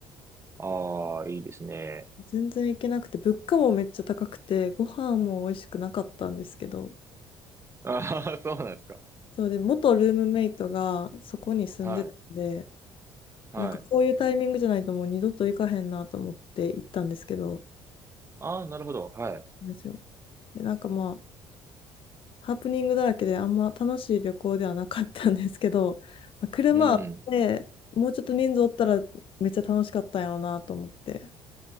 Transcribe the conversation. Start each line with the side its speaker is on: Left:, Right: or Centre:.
Right: ああ、いいですね。
Left: 全然行けなくて、物価もめっちゃ高くて、ご飯も美味しくなかったんですけど、
Right: ああ、そうなんですか。
Left: そうで、元ルームメイトがそこに住んでたんで、
Right: はい。はい。
Left: なんかこういうタイミングじゃないともう二度と行かへんなと思って行ったんですけど、
Right: ああ、なるほど。はい。
Left: ですよ。で、なんかまあ、ハプニングだらけであんま楽しい旅行ではなかったんですけど、まあ、車あってもうちょっと人数おったらめっちゃ楽しかったんやろうなと思って
Right: うん。